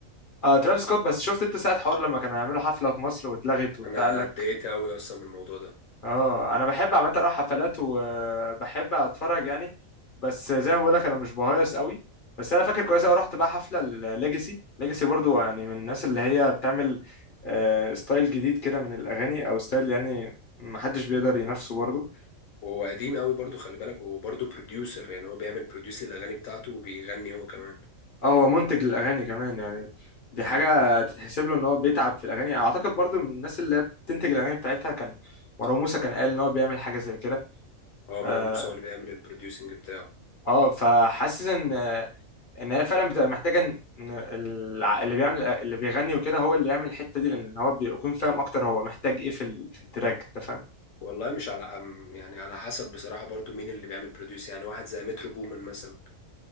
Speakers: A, on the left; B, on the left.
A: اه ترافيس سكوت بس شفت انت ساعه حوار لما كانوا هيعملوا حفله في مصر واتلغت وبتاع
B: أنا
A: قال لك
B: اتضايقت أوي أصلا من الموضوع ده
A: اه انا بحب عامه اروح حفلات وبحب اتفرج يعني بس زي ما بقول لك انا مش بهيص قوي بس انا فاكر كويس قوي رحت بقى حفله الليجاسي ليجاسي برضو يعني من الناس اللي هي بتعمل آه، ستايل جديد كده من الاغاني او ستايل يعني محدش بيقدر ينافسه برضو
B: وهو قديم قوي برضو خلي بالك وهو برضو بروديوسر يعني هو بيعمل بروديوس للاغاني بتاعته وبيغني هو كمان
A: اه هو منتج للاغاني كمان يعني دي حاجه
B: امم
A: تتحسب له ان هو بيتعب في الاغاني اعتقد برضو من الناس اللي هي بتنتج الاغاني بتاعتها كان مروان موسى كان قال ان هو بيعمل حاجه زي كده
B: هو
A: اه
B: مروان موسى هو اللي بيعمل البروديوسنج بتاعه
A: آه، فحاسس ان ان هي فعلا بتبقى محتاجه ان إن الع- اللي بيعمل اللي بيغني وكده هو اللي يعمل الحته دي لان هو بيكون فاهم اكتر هو محتاج ايه في ال- في التراك انت فاهم
B: والله مش على أم يعني على حسب بصراحة برضو مين اللي بيعمل بروديوس يعني واحد زي مترو بومن مثلا